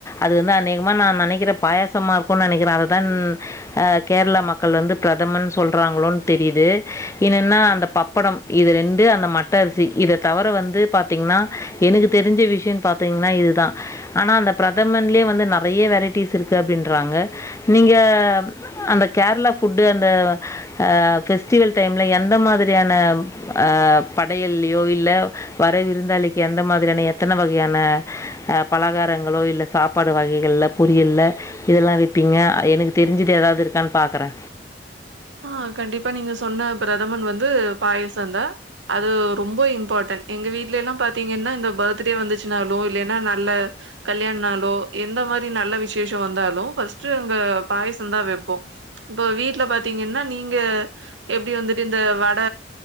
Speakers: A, on the left; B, on the right.
A: அது வந்து அநேகமா நா நா நெனைக்கிறே பாயாசமா இருக்கு நெனைக்கிறே அததன் அ கேர்ளா மக்கள் வந்து பிரதமன் சொல்றாங்ளோன் தெரிது இன்னென்னா அந்த பப்படம் இது ரெண்டு அந்த மட்ட அரிசி இத தவர வங்து பாத்திங்ன்னா எனுக்கு தெரிஞ்ச விஷ்யன் பாத்திங்ன்னா இதுதா ஆனா அந்த பிரதமன்லே வந்து நறைய வெரை ட்டீஸ் இருக்கு அப்டின்றாங்க நீங்க அந்த கேரளா ஃபுட்டு அந்த அ ஃபெஸ்டிவல் டைம்ல எந்த மாதிரியான ப் அ படையல்லியோ இல்ல வர விருந்தாளிக்கு எந்த மாதிரியான எத்தன வகையான அ பலகாரங்களோ இல்ல சாப்பாடு வகைகள்ல பொரியல்ல இதெல்லா வெப்பீங்க எனுக் தெரிஞ்சிது எதாவ்து இருக்கான் பாக்கறே
B: ஆ கண்டிப்பா நீங்க சொன்ன பிரதமன் வந்து பாயசந்தா அது ரொம்போ இம்பாட்டன் எங்க வீட்ல எல்லாம் பாத்திங்கன்னா இந்த பத்டே வந்துச்சுனாலு இல்லீன்னா நல்ல கல்யாண் நாளோ எந்த மாரி நல்ல விஷேஷோ வந்தாலு ஃபஸ்ட்டு அங்க பாயசந்தா வெப்போ இப்ப வீட்ல பா த்திங்கன்னா நீங்க எப்டி வந்துட்டு இந்த வட